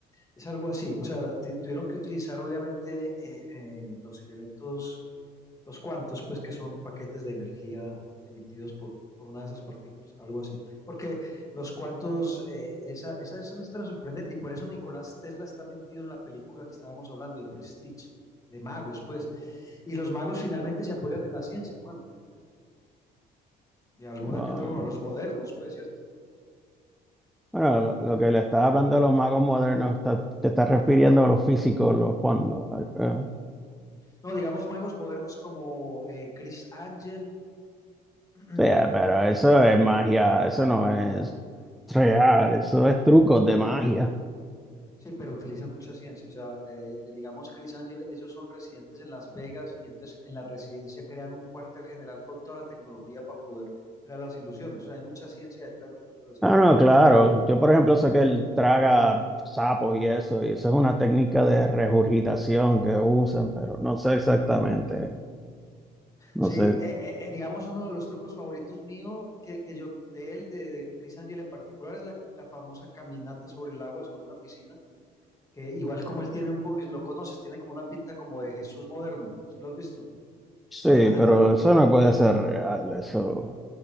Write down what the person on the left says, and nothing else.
es algo así, o sea, tu- tuvieron que utilizar obviamente eh, eh, los elementos los cuantos, pues que son paquetes de energía emitidos por, por una de esas partículas, algo así. Porque los cuantos, eh, esa, esa es una historia sorprendente y por eso Nicolás Tesla está metido en la película que estábamos hablando de Prestige, de magos, pues. Y los magos finalmente se apoyan en la ciencia, Juan, de alguna
que otra forma, los modernos, pues, ¿cierto?
No, digamos magos modernos como eh, Chris Angel. <clears throat>
Sí, pero utilizan mucha ciencia. O sea, eh, eh, digamos, Chris Angel, ellos son residentes en Las Vegas y entonces en la residencia crean un cuartel general con toda la tecnología para poder crear las ilusiones. O sea, hay mucha ciencia detrás de lo que quiero decir.
Sí,
eh,
eh, eh, digamos, uno de los trucos favoritos mío, que, que yo, de él, de, de Chris Angel en particular, es la, la famosa caminata sobre el agua, sobre una piscina, que igual como él tiene un poco, lo conoces, tiene como una pinta como de Jesús moderno. ¿Sí lo has visto?
<laughs>